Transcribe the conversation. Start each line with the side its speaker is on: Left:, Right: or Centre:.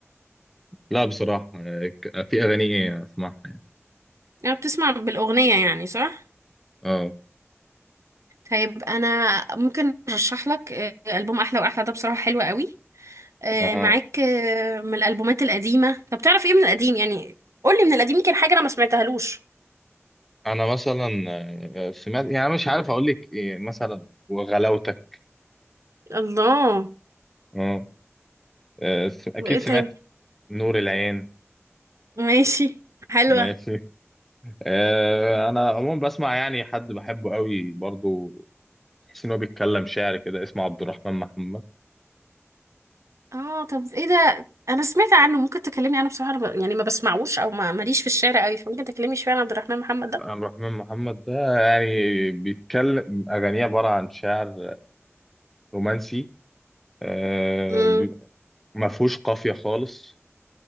Centre: لا بصراحه آه، ك- في اغاني اسمعها
Right: يعني بتسمع بالأغنية يعني صح؟
Centre: اه
Right: طيب أنا ممكن أرشح لك آه، ألبوم أحلى وأحلى ده بصراحة حلو قوي آه،
Centre: اها
Right: معاك آه، من الألبومات القديمة طب تعرف إيه من القديم يعني قولي من القديم يمكن حاجة أنا ما سمعتهالوش
Centre: انا مثلا آه، سمعت يعني مش عارف اقول لك إيه مثلا وغلاوتك
Right: الله
Centre: اه آه، س- اكيد
Right: وإيه
Centre: سمعت
Right: تاني؟
Centre: نور العين
Right: ماشي حلوة
Centre: ماشي آه، انا عموما بسمع يعني حد بحبه قوي برضو تحس ان هو بيتكلم شعر كده اسمه عبد الرحمن محمد
Right: آه طب إيه ده؟ أنا سمعت عنه ممكن تكلمني عنه بصراحة أنا ب- يعني ما بسمعوش أو ما ماليش في الشارع قوي فممكن تكلمني شوية عن عبد الرحمن محمد ده؟
Centre: عبد الرحمن محمد ده يعني بيتكلم اغانيه عباره عن شعر رومانسي آه،
Right: مم.
Centre: بيبقى- ما فيهوش قافيه خالص